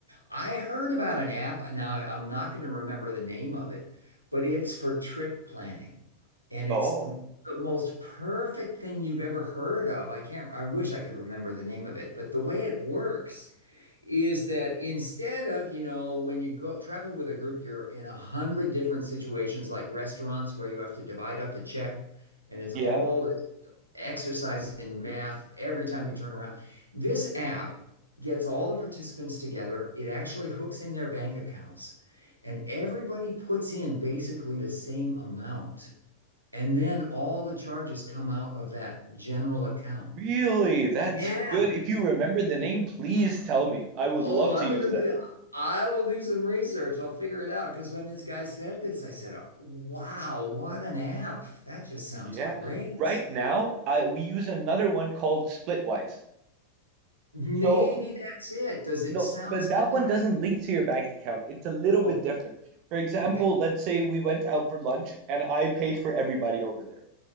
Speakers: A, on the right (about 85°); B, on the right (about 40°).
A: I heard about an app. Now, I'm not going to remember the name of it, but it's for trip planning. And it's
B: Oh,
A: the, the most perfect thing you've ever heard of. I can't, I wish I could remember the name of it, but the way it works is that instead of, you know, when you go travel with a group, you're in a hundred different situations like restaurants where you have to divide up the check and it's
B: yeah.
A: all this exercise in math every time you turn around. This app gets all the participants together. It actually hooks in their bank accounts and everybody puts in basically the same amount. And then all the charges come out of that general account.
B: Really? That's
A: Yeah.
B: good. If you remember the name, please tell me. I would
A: Oh,
B: love
A: I'm
B: to use
A: Um, gonna
B: that.
A: do, I will do some research. I'll figure it out. Because when this guy said this, I said, oh, wow, what an app. That just sounds
B: Yeah.
A: great.
B: Right now, I we use another one called Splitwise.
A: Maybe
B: So
A: that's it. Does it
B: no,
A: sound
B: but that
A: similar?
B: one doesn't link to your bank account. It's a little bit
A: Oh,
B: different. For example,
A: okay.
B: let's say we went out for lunch and I paid for everybody over there,